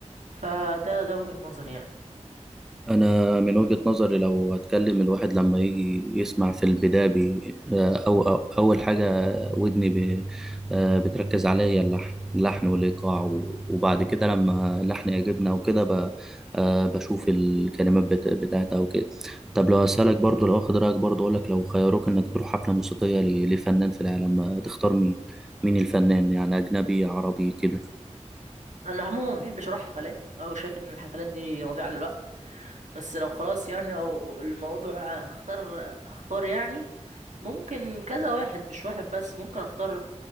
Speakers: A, on the right (about 75°); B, in the centre.
A: فده ده وجهة نظري يعني
B: أنا من وجهة نظري لو هتكلم الواحد لما يجي يسمع في البداية بي آه، أو أو أول حاجة ودني بي آه، بتركز عليها هي اللحن اللحن والإيقاع و- وبعد كده لما اللحن يعجبنا وكده ب- آه، بشوف الكلمات بت- بتاعتها وكده طب لو أسألك برضو لو أخد رأيك برضو أقولك لو خيروك إنك تروح حفلة موسيقية ل- لفنان في العالم آه، تختار مين؟ مين الفنان يعني أجنبي عربي كده؟
A: انا عموما ما بحبش اروح حفلات او شايف ان الحفلات دي مضيعة للوقت بس لو خلاص يعني لو الموضوع هختار هختار يعني ممكن كذا واحد مش واحد بس ممكن اختار